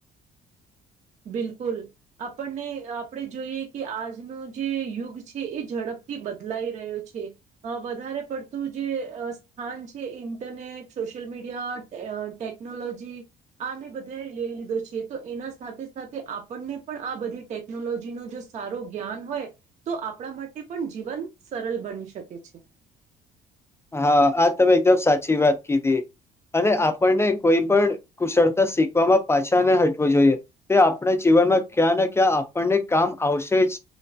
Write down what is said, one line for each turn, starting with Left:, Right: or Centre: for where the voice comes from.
Right: બિલકુલ, આપણને આપણે જોઈએ કે આજનું જે યુગ છે એ ઝડપ બદલાઈ રહ્યો છે, વધારે પડતું જે સ્થાન છે ઇન્ટરનેટ. સોશિયલ મીડિયા, ટેકનોલોજી આને બધે લઈ લીધો છે તો એના સાથે સાથે આપણને પણ આ બધી ટેકનોલોજી નો જો સારો જ્ઞાન હોય, તો આપણા માટે પણ જીવન સરળ બની શકે છે.
Left: હા આ તમે એકદમ સાચી વાત કીધી. અને આપણને કોઈ પણ કુશળતા શીખવામાં પાછા ન હટવું જોઈએ, તે આપણા જીવ જીવનમાં ક્યાં ને ક્યાં આપણને કામ આવશે જ.